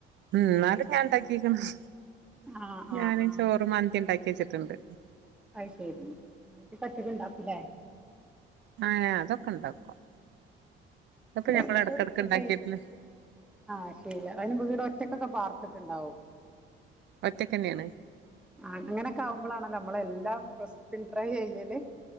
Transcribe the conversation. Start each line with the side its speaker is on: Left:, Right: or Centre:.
Right: ഉം ഇന്നാലും ഞാൻ ഇണ്ടാക്കിക്ക്ണ്
Centre: ആഹ്
Right: ഞാന്
Centre: ആഹ് ആഹ്
Right: ചോറ് മന്തി ഇണ്ടാക്കി വെച്ചിട്ടുണ്ട്
Centre: അയ്ശെരി മന്തിയൊക്കൊ ഒറ്റക്ക് ഇണ്ടാക്കുല്ലേ?
Right: ഏഹ് അതൊക്കെ ഇണ്ടാക്കും ഇതൊക്കെ ഞമ്മളെട്ക്കെട്ക്ക്
Centre: എല്ലതും ഫുഡ്
Right: ഇണ്ടാക്കിയോക്കല്
Centre: ആഹ് ശെരിയ അയിന് വീടൊറ്റക്കൊക്കെ പാർത്തിട്ട്ണ്ടാവും
Right: ഒറ്റക്കന്നെയാണ്
Centre: ആഹ് അങ്ങനൊക്കാവുമ്പളാണല്ലോ നമ്മളെല്ലാം റെസിപ്പി ട്രൈ ചെയ്യല്